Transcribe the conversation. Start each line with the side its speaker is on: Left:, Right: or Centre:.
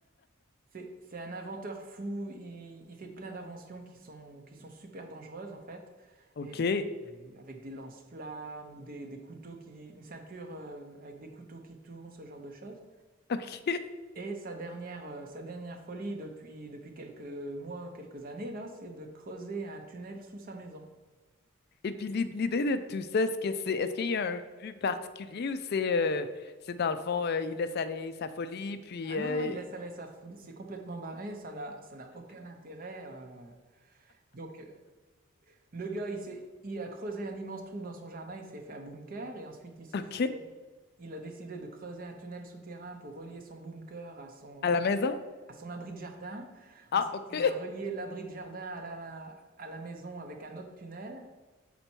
Right: C'est, c'est un inventeur fou, il, il fait plein d'inventions qui sont, qui sont super dangereuses en fait,
Left: OK,
Right: et, et avec des lance-flammes ou des, des couteaux qui... une ceinture euh, avec des couteaux qui tournent, ce genre de choses.
Left: OK. <laughs>
Right: Et sa dernière, euh, sa dernière folie depuis, depuis quelques mois, quelques années là, c'est de creuser un tunnel sous sa maison.
Left: Et puis l'i- l'idée de tout ça, est-ce que c'est, est-ce qu'il y a un but particulier ou c'est, euh, c'est dans le fond, euh, il laisse aller sa folie, puis
Right: Ah non,
Left: euh,
Right: non, il laisse aller sa foule, c'est complètement barré, ça n'a, ça n'a aucun intérêt. euh. Donc, euh, le gars, il s'est, il a creusé un immense trou dans son jardin, il s'est fait un bunker, et ensuite il s'est
Left: OK,
Right: fait, il a décidé de creuser un tunnel souterrain pour relier son bunker à son,
Left: à la maison?
Right: à son abri de jardin.
Left: Ah,
Right: Ensuite,
Left: OK,
Right: il a relié l'abri de jardin à la, à la maison avec un autre tunnel.